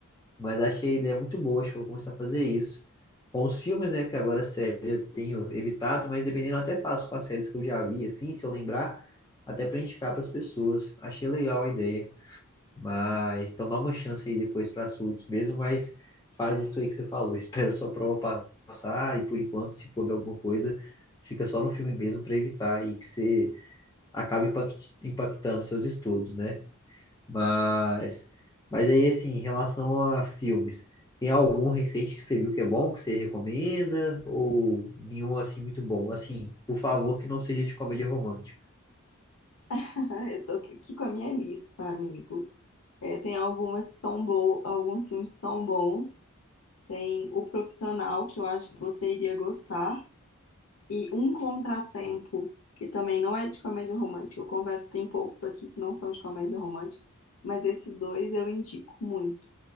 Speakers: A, on the left (about 15°); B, on the left (about 70°).
A: Mas achei a ideia muito boa, acho que eu vou começar a fazer isso. Com os filmes, né? Porque agora série eu tenho evitado, mas dependendo eu até faço com as séries que eu já vi, assim, se eu lembrar, até pra indicar pras pessoas. Achei legal a ideia. Mas então dá uma chance aí depois pra surtos mesmo, mas faz isso aí que você falou. <laughs> Espera a sua prova passar e por enquanto, se for ver alguma coisa, fica só no filme mesmo pra evitar aí que você acabe impact- impactando seus estudos, né? Mas, mas aí, assim, em relação a filmes, tem algum recente que você viu que é bom, que você recomenda? Ou nenhum, assim, muito bom? Assim, por favor, que não seja de comédia romântica.
B: <laughs> Eu tô aqui com a minha lista, amigo. É, tem algumas que são boas, alguns filmes que são bons. Tem O Profissional, que eu acho que você iria gostar. E Um Contratempo, que também não é de comédia romântica. Eu confesso que tem poucos aqui que não são de comédia romântica, mas esses dois eu indico muito.